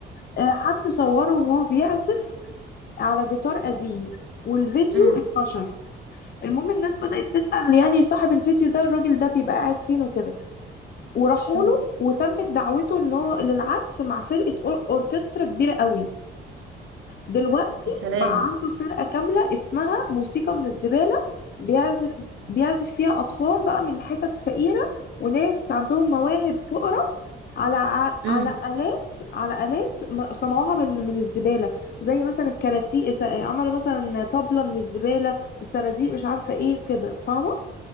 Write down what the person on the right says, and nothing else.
امم
أمم.
سلام
امم